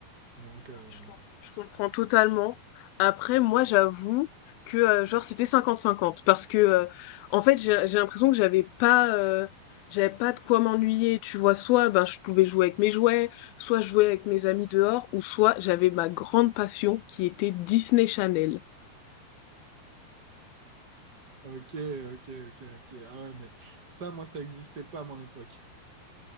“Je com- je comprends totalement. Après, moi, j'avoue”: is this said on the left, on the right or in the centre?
Left